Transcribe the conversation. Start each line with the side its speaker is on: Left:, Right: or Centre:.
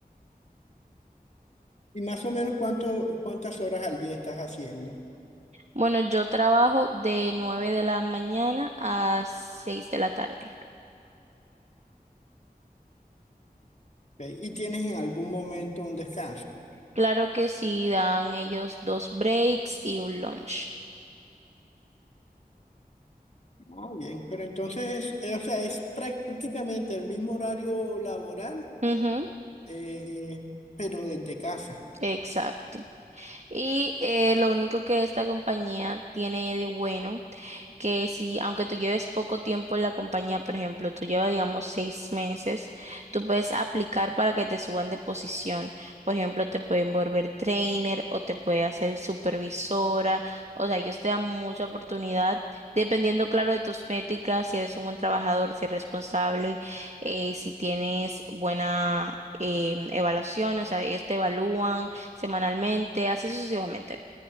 Left: ¿Y más o menos cuánto, cuántas horas al día estás haciendo? ¿ok?
Right: Bueno, yo trabajo de 9 de la mañana a 6 de la tarde.
Left: ¿Y tienes en algún momento un descanso?
Right: Claro que sí, dan ellos dos breaks y un lunch.
Left: Ah, bien, pero entonces es, eh, o sea, es prácticamente el mismo horario laboral,
Right: Ujú,
Left: eh, pero desde casa.
Right: exacto. Y eh, lo único que esta compañía tiene de bueno que si, aunque tú lleves poco tiempo en la compañía, por ejemplo, tú llevas, digamos, seis meses, tú puedes aplicar para que te suban de posición. Por ejemplo, te pueden volver trainer o te puede hacer supervisora. O sea, ellos te dan mucha oportunidad, dependiendo, claro, de tus métricas, si eres un buen trabajador, si eres responsable, eh, si tienes buena... eh, evaluación, o sea, ellos te evalúan semanalmente, así sucesivamente